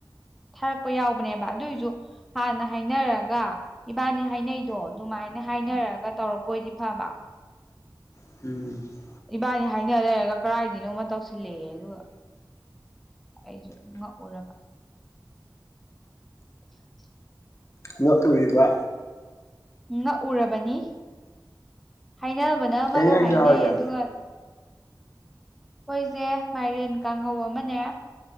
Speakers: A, in the centre; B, on the left.
A: ꯊꯥꯔꯛꯄ ꯌꯥꯎꯕꯅꯦꯕ ꯑꯗꯨꯑꯣꯏꯁꯨ ꯍꯥꯟꯅ ꯍꯥꯏꯅꯔꯒ ꯏꯕꯥꯅꯤ ꯍꯥꯏꯅꯩꯗꯣ ꯑꯗꯨꯃꯥꯏꯅ ꯍꯥꯏꯅꯔꯒ ꯇꯧꯔꯛꯄ ꯑꯣꯏꯗꯤ ꯐꯕ
B: <unintelligible>
A: ꯏꯕꯥꯅꯤ ꯍꯥꯏꯅ ꯂꯩꯔꯒ ꯀꯗꯥꯥꯏꯗꯅꯣꯃ ꯇꯧꯁꯤꯜꯂꯛꯑꯦ ꯑꯗꯨꯒ ꯑꯩꯁꯨ ꯉꯛꯎꯔꯕ <unintelligible>
B: ꯃꯣꯠꯂꯨꯔꯤꯕ
A: ꯉꯛꯎꯔꯕꯅꯤ ꯍꯥꯏꯅꯕꯅ ꯑꯃꯒ
B: ꯀꯩ ꯏꯟꯖꯥꯡ
A: ꯍꯥꯏꯅꯩ
B: ꯆꯥꯔꯒꯦ
A: ꯑꯗꯨꯒ ꯑꯩꯈꯣꯏꯁꯦ ꯃꯥꯏꯔꯦꯟ ꯀꯥꯡꯍꯧ ꯑꯃꯅꯦ